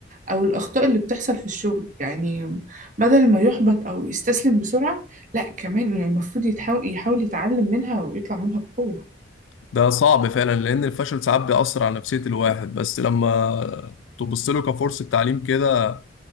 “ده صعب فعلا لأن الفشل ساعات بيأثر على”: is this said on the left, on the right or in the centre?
Left